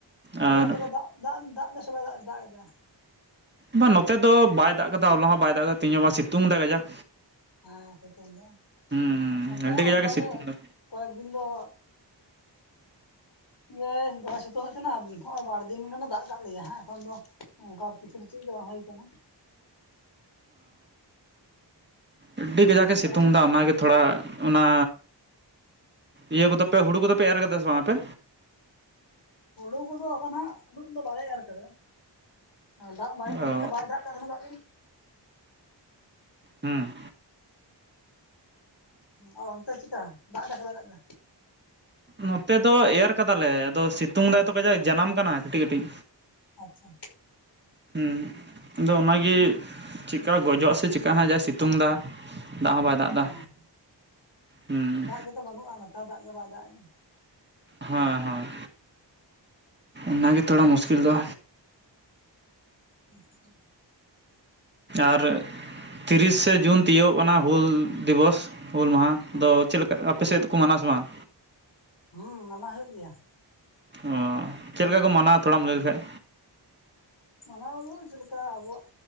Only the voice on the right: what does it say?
ᱟᱨ
ᱵᱟ ᱱᱚᱛᱮ ᱫᱚ ᱵᱟᱭ ᱫᱟᱜ ᱠᱟᱫᱟ, ᱦᱚᱞᱟ ᱦᱚᱸ ᱵᱟᱭ ᱫᱟᱜ ᱠᱟᱫᱟ ᱛᱤᱦᱤᱧ ᱦᱚᱸ ᱵᱟᱝ ᱥᱤᱛᱩᱝ ᱫᱟ ᱜᱟᱡᱟᱠ᱾
ᱦᱩᱸ
ᱟᱹᱰᱤ
ᱠᱟᱡᱟᱠᱮ
ᱥᱤᱛᱩᱝ
ᱫᱟ
ᱦᱚᱸ ᱟᱹᱰᱤ ᱠᱟᱡᱟᱠ ᱮ
ᱥᱤᱛᱩᱝ ᱫᱟ ᱚᱱᱟᱜᱮ ᱛᱷᱚᱲᱟ ᱚᱱᱟ ᱤᱭᱟᱹ ᱠᱚᱫᱚᱯᱮ ᱦᱩᱲᱩ ᱠᱚᱫᱚᱯᱮ ᱮᱨ ᱠᱟᱫᱟ ᱥᱮ ᱵᱟᱝ ᱟᱯᱮ?
ᱚ
ᱦᱩᱸ᱾
ᱱᱚᱛᱮ ᱫᱚ ᱮᱨ ᱠᱟᱫᱟᱞᱮ ᱟᱫᱚ ᱥᱤᱛᱩᱝ ᱫᱟᱭᱛᱚ ᱠᱟᱡᱟᱠ ᱡᱟᱱᱟᱢ ᱠᱟᱱᱟ ᱠᱟᱹᱴᱤᱡ ᱠᱟᱹᱴᱤᱡ᱾
ᱦᱩᱸ ᱟᱫᱚ ᱚᱱᱟᱜᱤ ᱪᱤᱠᱟ ᱜᱚᱡᱚᱜᱼᱟ ᱥᱮ ᱪᱤᱠᱟᱜᱼᱟ ᱦᱟᱸᱜ ᱡᱟᱭ ᱥᱤᱛᱩᱝ ᱫᱟ ᱫᱟᱜ ᱦᱚᱸ ᱵᱟᱭ ᱫᱟᱜ ᱮᱫᱟ
ᱦᱩᱸ
ᱦᱮᱸ ᱦᱮᱸ ᱚᱱᱟᱜᱮ ᱛᱷᱚᱲᱟ ᱢᱩᱥᱠᱤᱞ ᱫᱚ᱾
ᱟᱨ ᱛᱤᱨᱤᱥᱮ ᱡᱩᱱ ᱛᱤᱭᱳᱜ ᱠᱟᱱᱟ ᱦᱩᱞ ᱫᱤᱵᱚᱥ ᱦᱩᱞ ᱢᱟᱦᱟ
ᱫᱚ ᱪᱮᱫ ᱞᱮᱠᱟ ᱟᱯᱮ ᱥᱮᱫ ᱫᱚᱠᱚ ᱢᱟᱱᱟᱣᱟ ᱥᱮ ᱵᱟᱝ?
ᱚᱻ ᱪᱮᱫ ᱞᱮᱠᱟ ᱠᱚ ᱢᱟᱱᱟᱣᱟ ᱛᱷᱚᱲᱟᱢ ᱞᱟᱹᱭ ᱞᱮᱠᱷᱟᱡ